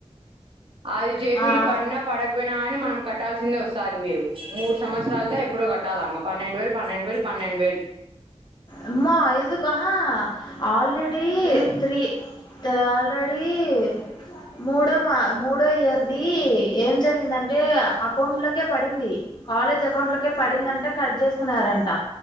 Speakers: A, on the right; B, on the left.
A: అది జేవిడి
B: ఆ
A: పడినా పడకపోయినా కాని మనం కట్టాల్సిందే ఒకసారి మీరు మూడు సంవత్సరాలుల్లో ఎప్పుడో కట్టాలా ఇంక పన్నెండు వేలు పన్నెండు వేలు పన్నెండు వేలు
B: అమ్మో ఎందుకు ఆహా ఆల్రెడి
A: వేలు
B: త్రీ త్వల్ హరి మూడో మా మూడో ఇయర్ది ఏం జెత్త ఇప్పుడు ఏందంటే అకౌంట్ లోకే పడింది కాలేజ్ అకౌంట్ లోకే పడిందంటే కట్ చేసుకున్నారంట